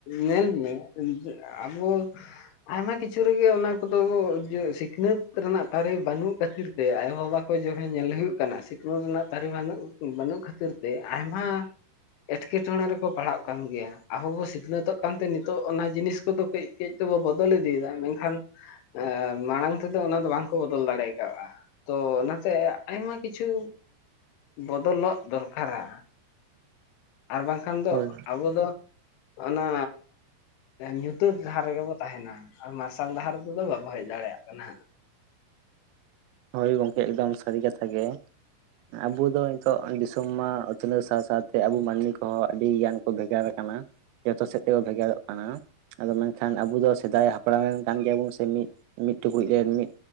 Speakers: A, on the left; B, on the right.
A: ᱧᱮᱞ ᱢᱮ ᱟᱵᱚ ᱟᱭᱢᱟ ᱠᱤᱪᱷᱩ ᱨᱮᱜᱮ ᱚᱱᱟ ᱠᱚᱫᱚ ᱤᱭᱟᱹ ᱥᱤᱠᱷᱱᱟᱹᱛ ᱨᱮᱱᱟᱜ ᱛᱟᱨᱮ ᱵᱟᱹᱱᱩᱜ ᱠᱷᱟᱹᱛᱤᱨ ᱛᱮ ᱟᱭᱳᱼᱵᱟᱵᱟ ᱠᱚ ᱡᱟᱦᱟᱸ ᱧᱮᱞ ᱦᱩᱭᱩᱜ ᱠᱟᱱᱟ ᱥᱤᱠᱷᱱᱟᱹᱛ ᱨᱮᱱᱟᱜ ᱛᱟᱨᱤ ᱵᱟᱹᱱᱩᱜ ᱵᱟᱹᱱᱩᱜ ᱠᱷᱟᱹᱛᱤᱨ ᱛᱮ ᱟᱭᱢᱟ ᱮᱴᱠᱮᱴᱚᱬᱮ ᱨᱮᱠᱚ ᱯᱟᱲᱦᱟᱜ ᱠᱟᱱ ᱜᱮᱭᱟ ᱟᱵᱚ ᱵᱚ ᱥᱤᱠᱷᱱᱟᱹᱛᱚᱜ ᱠᱟᱱᱛᱮ ᱱᱤᱛᱚᱜ ᱚᱱᱟ ᱡᱤᱱᱤᱥ ᱠᱚᱫᱚ ᱠᱟᱹᱡ ᱠᱟᱹᱡ ᱛᱮᱵᱚ ᱵᱚᱫᱚᱞ ᱤᱫᱤᱭᱮᱫᱟ, ᱢᱮᱱᱠᱷᱟᱱ ᱮ ᱢᱟᱲᱟᱝ ᱛᱮᱫᱚ ᱚᱱᱟ ᱫᱚ ᱵᱟᱝᱠᱚ ᱵᱚᱫᱚᱞ ᱫᱟᱲᱮᱠᱟᱣᱜᱼᱟ᱾ ᱛᱚ ᱚᱱᱟᱛᱮ ᱟᱭᱢᱟ ᱠᱤᱪᱷᱩ ᱵᱚᱫᱚᱞᱚᱜ ᱫᱚᱨᱠᱟᱨᱟ᱾ ᱟᱨ ᱵᱟᱝᱠᱷᱟᱱ ᱫᱚ
B: ᱦᱳᱭ
A: ᱟᱵᱚ ᱫᱚ ᱚᱱᱟ ᱧᱩᱛᱟᱹᱛ ᱰᱟᱦᱟᱨ ᱨᱮᱜᱮ ᱵᱚ ᱛᱟᱦᱮᱱᱟ ᱟᱨ ᱢᱟᱨᱥᱟᱞ ᱰᱟᱦᱟᱨ ᱨᱮᱫᱚ ᱵᱟᱵᱚ ᱦᱮᱡ ᱫᱟᱲᱮᱭᱟᱜ ᱠᱟᱱᱟ ᱦᱟᱸᱜ᱾
B: ᱦᱳᱭ ᱜᱚᱢᱠᱮ ᱮᱠᱫᱚᱢ ᱥᱟᱹᱨᱤ ᱠᱟᱛᱷᱟ ᱜᱮ ᱟᱵᱚ ᱫᱚ, ᱛᱚᱜ ᱫᱤᱥᱚᱢ ᱢᱟ ᱩᱛᱱᱟᱹᱣ ᱥᱟᱶ ᱥᱟᱶᱛᱮ ᱟᱵᱚ ᱢᱟᱹᱱᱢᱤ ᱠᱚᱦᱚᱸ ᱟᱹᱰᱤ ᱜᱟᱱ ᱠᱚ ᱵᱷᱮᱜᱟᱨ ᱟᱠᱟᱱᱟ᱾ ᱡᱚᱛᱚ ᱥᱮᱫ ᱛᱮᱠᱚ ᱵᱷᱮᱜᱟᱨᱚᱜ ᱠᱟᱱᱟ᱾ ᱟᱫᱚ ᱢᱮᱱᱠᱷᱟᱱ ᱟᱵᱚ ᱫᱚ ᱥᱮᱫᱟᱭ ᱦᱟᱯᱲᱟᱢ ᱨᱮᱱ ᱠᱟᱱ ᱜᱮᱭᱟᱵᱚᱱ ᱥᱮ ᱢᱤᱫ ᱢᱤᱫ ᱴᱩᱠᱩᱡ ᱨᱮᱱ ᱢᱤᱫ